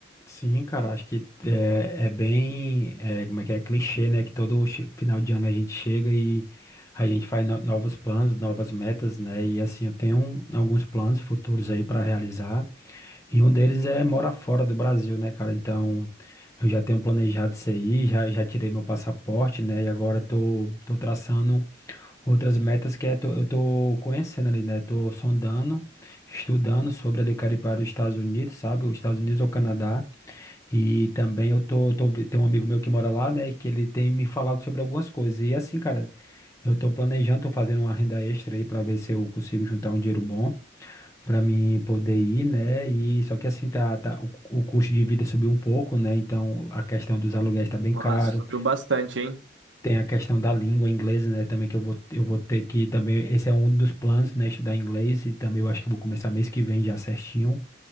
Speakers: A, on the left (about 15°); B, on the right (about 80°).
A: Sim, cara, acho que é, é bem, é, como é que é, clichê, né? Que todo che- final de ano a gente chega e a gente faz no- novos planos, novas metas, né? E assim, eu tenho um, alguns planos futuros aí pra realizar, e um deles é morar fora do Brasil, né, cara? Então, eu já tenho planejado isso aí, já, já tirei meu passaporte, né? E agora tô, tô traçando. Outras metas que é tô- eu estou conhecendo ali, né? Estou sondando, estudando sobre ali, quero ir para os Estados Unidos, sabe? Os Estados Unidos ou Canadá. E também eu tô, tô, vi- tem um amigo meu que mora lá, né? E que ele tem me falado sobre algumas coisas. E assim, cara, eu estou planejando, tô fazendo uma renda extra aí para ver se eu consigo juntar um dinheiro bom para mim poder ir, né? E só que assim, tá, tá, o, o custo de vida subiu um pouco, né? Então a questão dos aluguéis está bem
B: Nossa,
A: caro.
B: subiu bastante, hein?
A: Tem a questão da língua inglesa, né? Também que eu vou, eu vou ter que também. Esse é um dos planos, né? Estudar inglês. E também eu acho que eu vou começar mês que vem já certinho.